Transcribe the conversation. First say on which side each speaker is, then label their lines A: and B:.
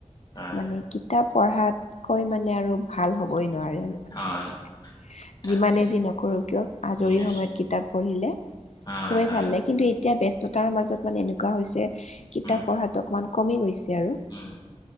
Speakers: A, on the left; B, on the left.
A: হয়।
B: মানে কিতাপ পঢ়াতকৈ মানে আৰু ভাল হ'বই নোৱাৰে আৰু।
A: হয়, তাকে
B: যিমানে যি নকৰোঁ কিয়?
A: উম,
B: আজৰি
A: নিচ
B: সময়ত কিতাপ পঢ়িলে
A: হয়,
B: খুবেই
A: হয়,
B: ভাল লাগে। কিন্তু এতিয়া ব্যস্ততাৰ মাজত মানে এনেকুৱা হৈছে কিতাপ
A: উম,
B: পঢ়াটো অকণমান কমি গৈছে আৰু।
A: উম।